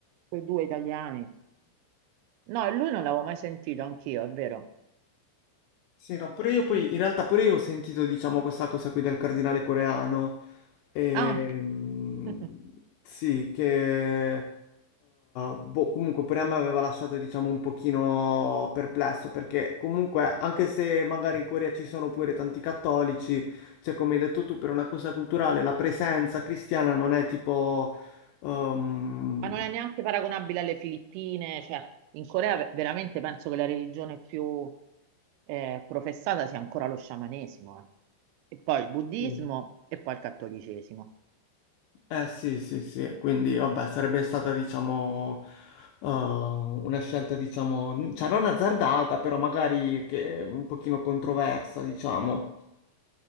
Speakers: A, on the right (about 85°); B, on the left (about 80°).
A: quei due italiani. No, e lui non l'avevo mai sentito, anch'io, è vero.
B: Sì, no, pure io poi, in realtà pure io ho sentito, diciamo, questa cosa qui del cardinale coreano, Ehm,
A: Ah, <laughs>
B: sì, che eh, boh, comunque pure a me aveva lasciato, diciamo, un pochino perplesso, perché comunque, anche se magari in Corea ci sono pure tanti cattolici, cioè come hai detto tu, per una cosa culturale, la presenza cristiana non è tipo... ehm,
A: Ma non è neanche paragonabile alle Filippine, cioè in Corea ve- veramente penso che la religione più eh, professata sia ancora lo sciamanesimo, eh. E poi il buddismo
B: sì.
A: e poi il cattolicesimo.
B: Eh sì, sì, sì, quindi vabbè, sarebbe stata diciamo eh, una scelta diciamo, cioè non azzardata, però magari che è un pochino controversa, diciamo.